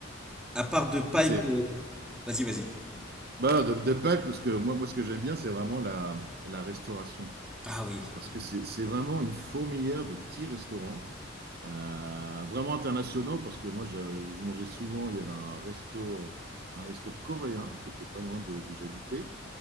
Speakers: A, in the centre; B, on the right (about 50°).
A: à part de pipe,
B: C'est
A: euh, vas-y vas-y.
B: bah, de, de Pâques, parce que moi, moi, ce que j'aime bien, c'est vraiment la, la restauration.
A: Ah oui.
B: Parce que c'est c'est vraiment une fourmilière de petits restaurants, euh, vraiment internationaux, parce que moi, je, je mangeais souvent, il y avait un resto, un resto coréen qui était pas loin de- d'où j'habitais.